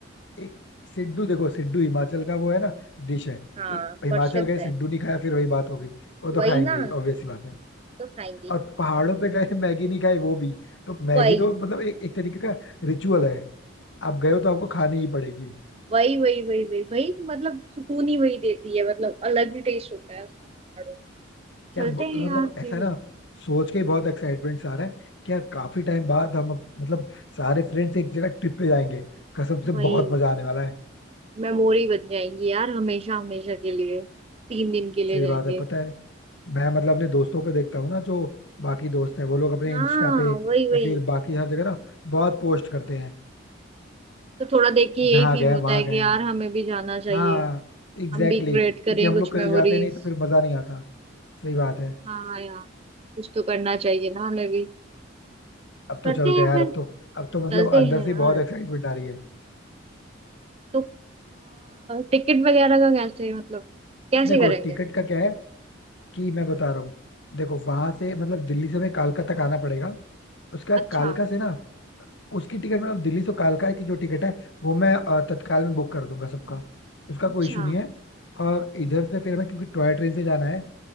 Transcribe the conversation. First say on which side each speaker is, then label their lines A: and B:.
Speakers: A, on the left (about 60°); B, on the right (about 30°).
A: एक सिड्डू देखो सिड्डू हिमाचल का वो है ना डिश है
B: हाँ
A: तो हिमाचल
B: प्रसिद्ध
A: गए
B: है
A: सिड्डू नहीं खाया फिर वही बात हो गई वो तो
B: वही
A: खाएंगे
B: ना
A: ही ऑब्वियस सी बात है
B: तो खाएंगे
A: और पहाड़ों पे गए <laughs> मैगी नहीं खाई वो भी तो मैगी
B: वही
A: तो मतलब एक एक तरीके का रिचुअल है आप गए हो तो आपको खानी ही पड़ेगी
B: वही वही वही वही वही मतलब सुकून ही वही देती है मतलब अलग ही टेस्ट होता है उसका चलते
A: यार ब-
B: हैं
A: मतलब
B: यार
A: ऐसा
B: फिर
A: ना
B: यार
A: सोच के ही बहुत एक्साइटमेंट सा आ रहा है कि यार काफी टाइम बाद हम अप- मतलब सारे फ्रेंड्स एक जगह ट्रिप पे जाएंगे कसम से
B: वही
A: बहुत मजा आने वाला है
B: मेमोरी बन जाएंगी यार हमेशा हमेशा के लिए तीन दिन के लिए
A: सही
B: जाएंगे
A: बात है पता है मैं मतलब अपने दोस्तों को देखता हूँ ना जो बाकी दोस्त है वो लोग अपने
B: हाँ
A: इंस्टा पे या
B: वही वही
A: फिर बाकी हर जगह ना बहुत पोस्ट करते हैं
B: तो थोड़ा देख के यही
A: जहाँ
B: फील
A: गए
B: होता
A: वहां
B: है कि
A: गए
B: यार
A: हैं
B: हमें भी जाना चाहिए
A: हाँ Exactly
B: हम भी क्रिएट
A: exactly.
B: करें
A: क्योंकि हम
B: कुछ
A: लोग कहीं
B: मेमोरीज
A: जाते नहीं तो फिर मजा नहीं आता सही बात है
B: हाँ यार कुछ तो करना चाहिए ना हमें भी
A: अब
B: करते
A: तो चलते
B: हैं
A: हैं यार
B: फिर
A: अब तो अब तो मतलब
B: चलते
A: अंदर
B: हैं
A: से
B: यार
A: बहुत एक्साइटमेंट आ रही है
B: तो टिकट वगैरह का कैसे मतलब कैसे
A: देखो
B: करेंगे
A: टिकट का क्या है कि मैं बता रहा हूँ देखो वहां से मतलब दिल्ली से हमें कालका तक आना पड़ेगा उसके बाद
B: अच्छा
A: कालका से ना उसकी टिकट मतलब दिल्ली से कालका की जो टिकट है वो मैं अ, तत्काल में बुक कर दूंगा सबका उसका
B: अच्छा
A: कोई इशू नहीं है और इधर से फिर हमें क्योंकि टॉय ट्रेन से जाना है